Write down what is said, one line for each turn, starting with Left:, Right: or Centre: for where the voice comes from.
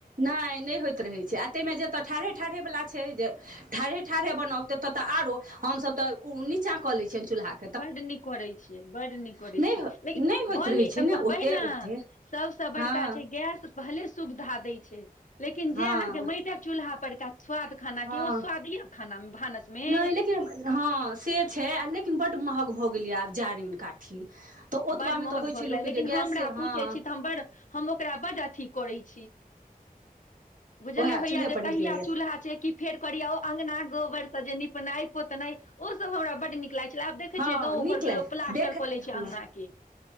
Right: नाय नई होइत रहै छै आ तहिमे जेतय ठाढ़े ठाढ़ेवला छै जे ठाढ़े ठाढ़े बनाउ ततऽ तऽ आरो हमसभ तऽ ओ नीचाँ क ल छियनि चूलहा के
Left: बड नीक करैत छीयै बड नीक करैत
Right: नहि
Left: छीयै लेकिन
Right: नहि होइत
Left: बहि
Right: रहै छै
Left: तऽ
Right: ने
Left: बहिना
Right: ओते ओते
Left: सबसँ बड़का
Right: हँ
Left: छै गैस भले सुविधा दय छय लेकिन
Right: हँ
Left: जे आहा के मइतक चुल्हा पर का स्वाद खाना
Right: हँ
Left: के ओ स्वाद ह अ खाना मे भानस मे
Right: नहि लेकिन हँ से छै आ लेकिन बड्ड महग भऽ गेलैए आब जारनि काठी तऽ ओतबामे
Left: बड्ड महग
Right: तऽ होइ
Left: भऽ
Right: छै लोकके
Left: गेलै लेकिन
Right: जे गैसे
Left: हमरा
Right: हँ
Left: पूछैत छी तऽ हम बड हम ओकरा बड्ड अथी करैत छी बुझलियौ
Right: उएह
Left: होइया
Right: चूल्हेपर
Left: जे कहिया
Right: नीक लगैए
Left: चूल्हा छै कि फेर करिया ओ अंगना गोबर सब जे नीपनाइ पोतना ओ सब हमरा बड नीक लाग प आब देखे
Right: हँ
Left: छियै गाँव घर
Right: नीक
Left: के ल
Right: लाग
Left: लोक प्लास्टर
Right: देख हँ
Left: कऽ ले छै अङंगना के